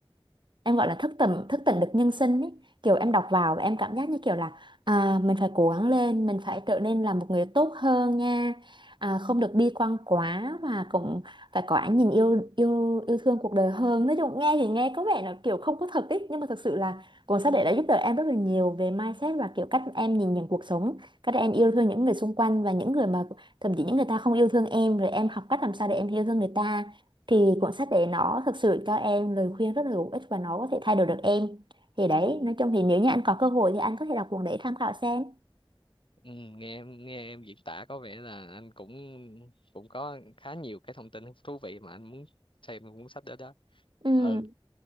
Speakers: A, on the right; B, on the left.
A: em gọi là thức tỉnh thức tỉnh được nhân sinh ấy kiểu em đọc vào và em cảm giác như kiểu là à, mình phải cố gắng lên mình phải trở nên là một người tốt hơn nha à, không được bi quan quá và cũng phải có ánh nhìn yêu yêu yêu thương cuộc đời hơn nói chung nghe thì nghe có vẻ là kiểu không có thật ấy nhưng mà thực sự là cuốn sách đấy đã giúp đỡ em rất là nhiều về mindset và kiểu cách em nhìn nhận cuộc sống cách em yêu thương những người xung quanh và những người mà thậm chí những người ta không yêu thương em rồi em học cách làm sao để em yêu thương người ta thì cuốn sách đấy nó thực sự cho em lời khuyên rất là hữu ích và nó có thể thay đổi được em thì đấy nói chung thì nếu như anh có cơ hội thì anh có thể đọc cuốn đấy tham khảo xem
B: Ừ, nghe em nghe em diễn tả có vẻ là anh cũng cũng có khá nhiều cái thông tin thú vị mà anh muốn xem cuốn sách đó đó
A: ừ.
B: ừ